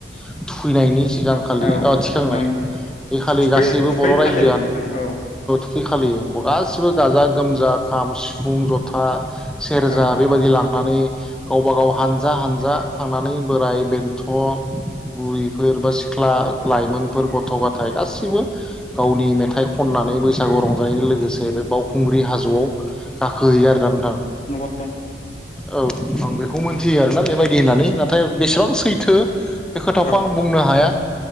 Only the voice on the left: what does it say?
औ
नों
थुखै
<unintelligible> नोंथां औ
औ
नंगौ
औ